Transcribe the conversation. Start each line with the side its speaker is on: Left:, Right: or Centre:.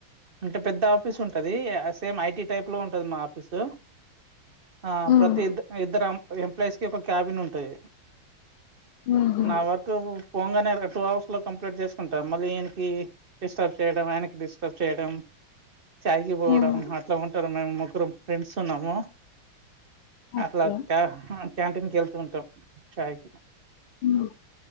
Right: అంటే పెద్ద ఆఫీసు ఉంటదీ సేమ్ ఐ టీ టైప్ లో ఉంటది మా ఆఫీసు ఆ
Left: ఉమ్.
Right: ప్రతి ఇద్ ఇద్దరుం అం ఎంప్లాయస్కి ఒక క్యాబిన్ ఉంటది
Left: ఊహూ.
Right: నా వర్కు పొంగనే టూ అవర్స్ లో కంప్లెట్ జేస్కుంటా మళ్ళీ ఇన్కి డిస్టర్బ్ చేయడం ఆయినకి డిస్టర్బ్ చేయడం చాయ్ కి పోవడం
Left: హ్మ్.
Right: అట్లా ఉంటది మేము ముగ్గురం ఫ్రెండ్స్ ఉన్నాము
Left: ఓకే.
Right: అట్లా క్యా క్యాంటీన్కి ఎళ్తూ ఉంటం చాయ్కి
Left: హ్మ్.